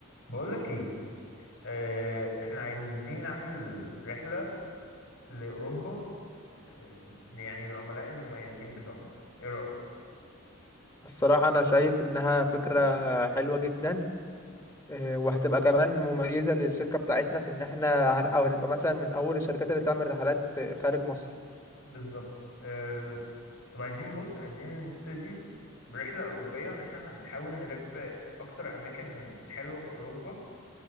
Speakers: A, on the left; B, on the left.
A: بقولك ايه اه احنا عايزين نعمل رحلة لأوروبا آه، يعني العملاء المميزين بتوعنا ايه رأيك
B: الصراحة أنا شايف إنها فكرة حلوة جدا آه، وهتبقى كمان مميزة للشركة بتاعتنا في إن إحنا هن- أو هنبقى مثلا من أول الشركات اللي تعمل رحلات آه، خارج مصر
A: بالظبط اه طب عايزين بص عايزين نبتدي برحلة أوروبية ان احنا هنحاول نلف اكتر اماكن حلوة في أوروبا